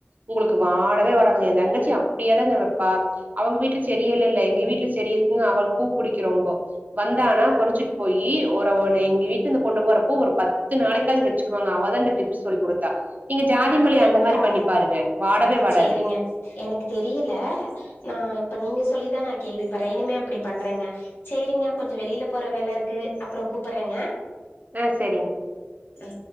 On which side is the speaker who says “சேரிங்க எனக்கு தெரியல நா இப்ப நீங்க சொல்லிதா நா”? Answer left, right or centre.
Left